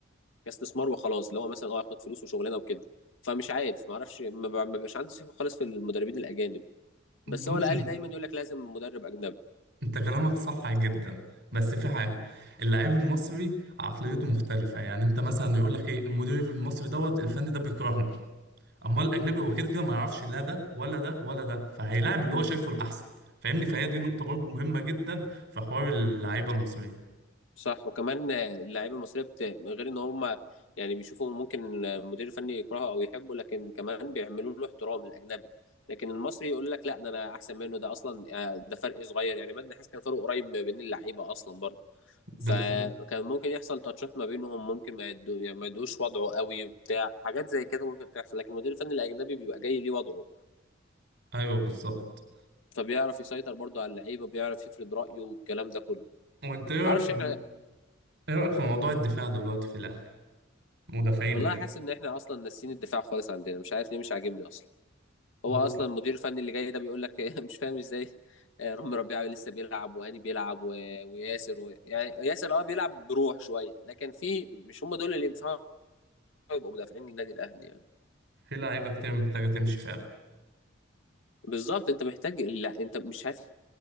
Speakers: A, on the left; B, on the right.
A: كاستثمار وخلاص اللي هو مثلا اه هاخد فلوس وشغلانه وكده فمش عارف ما اعرفش ما ب- ما بيبقاش عندي ثقه خالص في المدربين الاجانب
B: بص
A: بس هو الاهلي دايما يقول لك لازم مدرب اجنبي
B: انت كلامك صح جدا بس في حاجه اللاعب المصري عقليته مختلفه يعني انت مثلا يقول لك ايه المدير المصري دوت الفني ده بيكرهني امال الاجنبي هو كده كده ما يعرفش لا ده ولا ده ولا ده فهيلاعب اللي هو شايفه الاحسن فاهمني فهي دي نقطه برضه مهمه جدا في حوار اللعيبه المصريه
A: صح وكمان اللعيبه المصريه بت... من غير ان هم يعني بيشوفوا ممكن المدير الفني يكرهه او يحبه لكن كمان بيعملوا له احترام الاجنبي لكن المصري يقول لك لا ده انا احسن منه ده اصلا آه، ده فرق صغير يعني مجدي حس كان فرق قريب ما بين اللعيبه اصلا برضه
B: بالظبط
A: فكان ممكن يحصل تاتشات ما بينهم ممكن ما يدو... يعني ما يدوش وضعه قوي بتاع حاجات زي كده ممكن تحصل لكن المدير الفني الاجنبي بيبقى جاي ليه وضعه
B: ايوه بالظبط
A: فبيعرف يسيطر برضه على اللعيبه بيعرف يفرض رايه والكلام ده كله
B: وانت ايه رايك
A: معرفش
B: في
A: احنا
B: ايه رايك في موضوع الدفاع دلوقتي في الاهلي مدافعين
A: والله
B: وكده
A: حاسس ان احنا اصلا ناسيين الدفاع خالص عندنا مش عارف ليه مش عاجبني اصلا هو
B: هو
A: اصلا المدير الفني اللي جاي ده بيقول لك <laughs> مش فاهم ازاي آه، رامي ربيعه لسه بيلعب وهاني بيلعب و... وياسر و... يعني ياسر اه بيلعب بروح شويه لكن في مش هم دول اللي ينفعوا يبقوا مدافعين للنادي الاهلي يعني
B: في لعيبه كتير محتاجه تمشي فعلا
A: بالظبط انت محتاج لا انت مش عارف